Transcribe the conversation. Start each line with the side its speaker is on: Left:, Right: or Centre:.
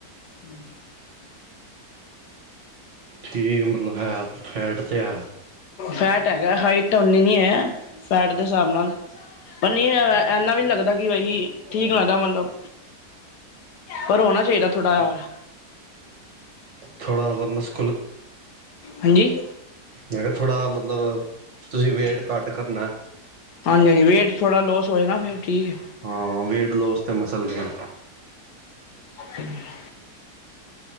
Left: ਹਮ,
Right: ਠੀਕ ਮਤਲਬ ਹੈ। ਫੈਟ ਤੇ ਹੈ
Left: ਫੈਟ ਹੈਗਾ, ਹਾਈਟ ਓਨੀ ਨਹੀਂ ਹੈ, ਫੈਟ ਦੇ ਹਿਸਾਬ ਨਾਲ। ਪਰ ਨਹੀਂ ਐਨਾ ਵੀ ਨ ਲੱਗਦਾ ਕਿ ਬਾਈ ਠੀਕ ਲੱਗਦਾ ਮਤਲਬ ਪਰ ਹਣਾ ਚਾਹੀਦਾ ਥੋੜਾ ਆਲ
Right: ਥੌੜ੍ਹਾ ਜਿਹਾ ਬੱਸ।
Left: ਹਾਂਜੀ।
Right: ਮੈਂ ਕਿਹਾ ਥੋੜ੍ਹਾ ਮਤਲਬ, ਤੁਸੀਂ ਵੇਟ ਘੱਟ ਕਰਨਾ ਹੈ।
Left: ਹਾਂਜੀ-ਹਾਂਜੀ, ਵੇਟ ਥੌੜ੍ਹਾ ਲੋਸ ਹੋਏ ਨਾ, ਫਿਰ ਠੀਕ।
Right: ਹਾਂ ਵੇਟ ਲੋਸ ਤੇ ਮਸਲ ਗੇਨ।
Left: <unintelligible>